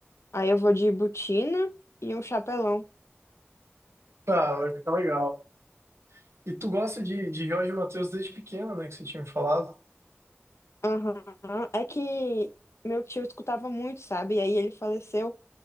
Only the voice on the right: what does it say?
Ah, vai ficar legal. E tu gosta de, de Jorge Mateus desde pequeno, né? Que você tinha me falado.